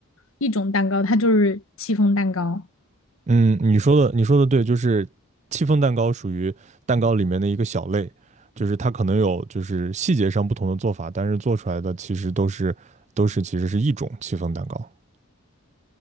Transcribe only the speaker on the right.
嗯，你说的你说的对，就是戚风蛋糕属于蛋糕里面的一个小类，就是它可能有就是细节上不同的做法，但是做出来的其实都是都是其实是一种戚风蛋糕。